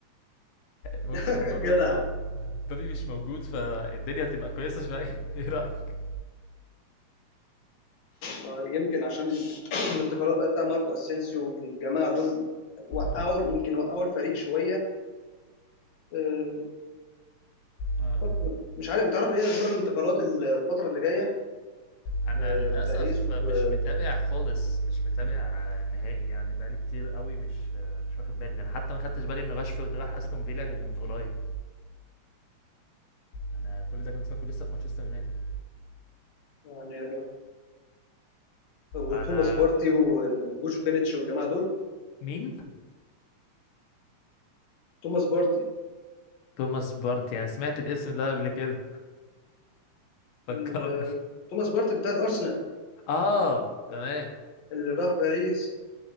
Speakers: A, on the left (about 80°); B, on the left (about 50°).
A: ممكن
B: <laughs>
A: المرة
B: جدع
A: دي مع مبابي مش موجود فالدنيا تبقى كويسة شوية <laughs> ايه رأيك؟
B: ما يمكن عشان الانتقالات بقى بتاع ماركو اسينسيو والجماعه دول وقعوا
A: اه
B: يمكن وقعوا الفريق شويه آه،
A: اه
B: برضه مش عارف انت عارف ايه اخبار الانتقالات الفتره اللي جايه
A: انا
B: في
A: للاسف
B: باريس
A: مش
B: و
A: متابع خالص مش متابع آه، نهائي يعني بقالي كتير قوي مش آه، مش واخد بالي انا حتى ما خدتش بالي ان راشفورد راح استون فيلا غير من قريب انا كل ده كنت فاكره لسه في مانشستر يونايتد
B: يعني وتوماس
A: انا
B: بارتي وجوشو كيميتش والجماعه دول
A: مين؟
B: توماس بارتي
A: توماس بارتي انا سمعت الاسم ده قبل كده فكرني
B: ال- توماس بارتي بتاع الارسنال
A: <laughs> اه تمام
B: اللي راح باريس